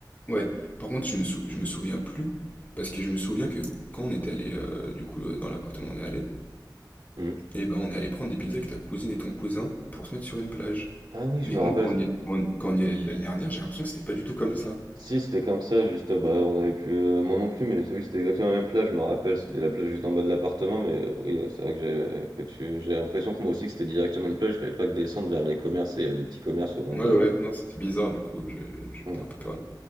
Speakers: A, on the left (about 20°); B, on the right (about 75°).
A: ouais, par contre je me sou je me souviens plus, parce que je me souviens que quand on était allé heu, du coup, heu, dans l'appartement où on est allé,
B: Mhm.
A: et ben, on est allé prendre des pizzas avec ta cousine et ton cousin pour se mettre sur une plage.
B: Ah oui, je
A: Mais
B: me
A: nous
B: rappelle.
A: quand on y est quand quand on y est allés l'année dernière, j'ai l'impression que c'était pas du tout comme ça.
B: Si, c'était comme ça, juste, euh, bah, on avait plus, heu, moi non plus, mais oui, c'était exactement la même plage, je me rappelle, c'était la plage juste en bas de l'appartement, mais euh, oui, euh, c'est vrai que j'avais euh, que tu j'ai l'impression que moi aussi que c'était directement une plage, il fallait pas que descendre vers les commerces et il y avait des petits commerces au long
A: Ouais,
B: de
A: ouais, non, c'était bizarre du coup, je j'étais
B: mmh.
A: un peu perdu.